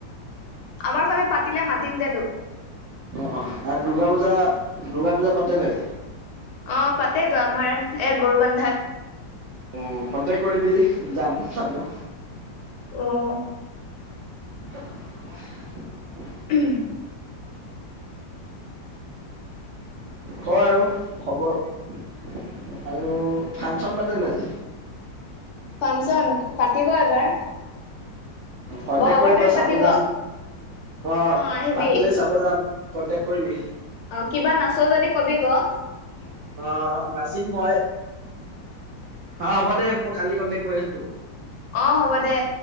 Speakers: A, on the left; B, on the right.
A: আমাৰ ফালে পাতিলে মাতিম দে তোক
B: অ', অ ', আৰু দুূৰ্গা, পূজা দুূৰ্গা, পূজা পাতে নাই
A: অ পাতেতো আমাৰ এ গৰু বান্ধাত
B: অ কণ্টেক কৰিবি যাম চাব
A: উম
B: <inaudible>
A: উম
B: ক আৰু খবৰ আৰু ফাংচন পাতে নাই
A: ফাংচন পাতিব এবাৰ
B: কন্টেক্ট
A: বহাগৰ
B: কৰিব
A: বিহুত
B: চাব
A: পাতিব
B: যাম
A: অ
B: অ',
A: আহিবি
B: পাতিলে চাব যাম কন্টেক কৰিবি।
A: অ কিবা নাচ' যদি কবি আক'
B: অ নাচিম মই অ হ'ব দেই মই কালি কন্টেক্ট কৰি আছো তোক
A: অ হ'ব দে